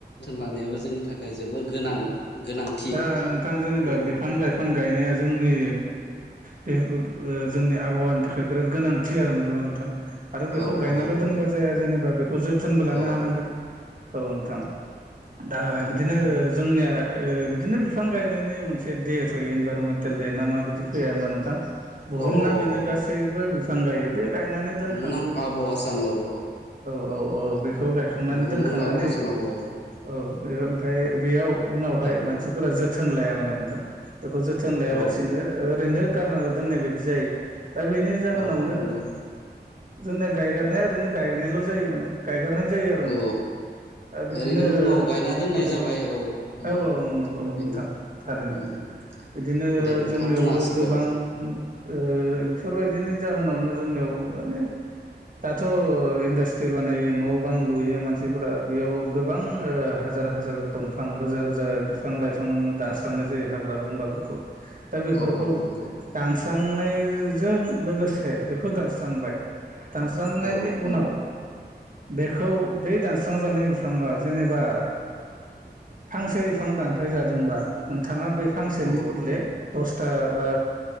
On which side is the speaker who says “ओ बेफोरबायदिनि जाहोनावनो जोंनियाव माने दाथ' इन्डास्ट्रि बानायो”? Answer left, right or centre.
Right